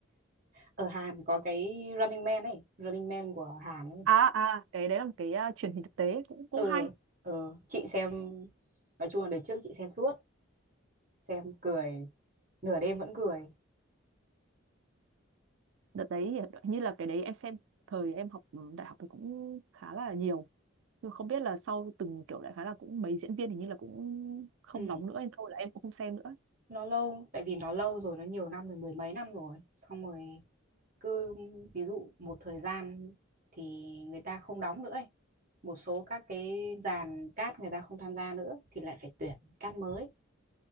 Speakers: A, on the right; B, on the right.
A: ở Hàn có cái Running Man ấy Running Man của Hàn ấy
B: à à cái đấy là một cái à, truyền hình thực tế cũng cũng
A: ừ
B: hay
A: ừ chị xem nói chung là đời trước chị xem suốt xem cười nửa đêm vẫn cười
B: đợt đấy thì như là cái đấy em xem thời em học ừ, đại học thì cũng khá là nhiều nhưng không biết là sau từng kiểu đại khái là cũng mấy diễn viên hình như là cũng không
A: ừ
B: đóng nữa nên thôi là em cũng không xem nữa
A: nó lâu tại vì nó lâu rồi nó nhiều năm rồi mười mấy năm rồi xong rồi cứ ví dụ một thời gian thì người ta không đóng nữa ấy. một số các cái dàn cát người ta không tham gia nữa thì lại phải tuyển cát mới